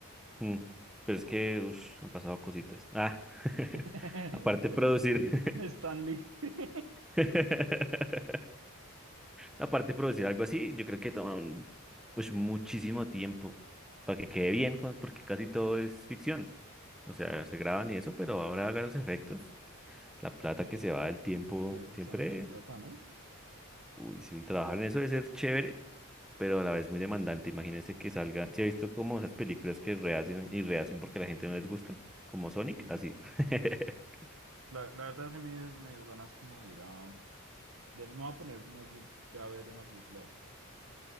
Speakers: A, in the centre; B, on the right.
A: Mm, Pero es que ush, han pasado cositas. Ah, <laughs>
B: <laughs>
A: aparte
B: Con
A: de producir.
B: el, con Stanley. <laughs>
A: <laughs> Aparte
B: Se
A: de producir algo así, yo creo que toma un- pues muchísimo tiempo para que quede bien, con- porque casi todo es ficción. O sea, se graban y eso, pero ahora hagan los efectos. La plata que se va, el tiempo,
B: debe costar
A: siempre.
B: mucha plata, ¿no?
A: Uy, sí, trabajar en eso debe ser chévere, pero a la vez muy demandante. Imagínense que salgan. Si he visto como esas películas que rehacen y rehacen porque a la gente no les gusta? Como Sonic,
B: Sí, sí,
A: así.
B: sí.
A: <laughs>
B: La, la verdad sí me, me dio ganas como de ir a... de- me voy a poner más bien ya a ver una película de esas.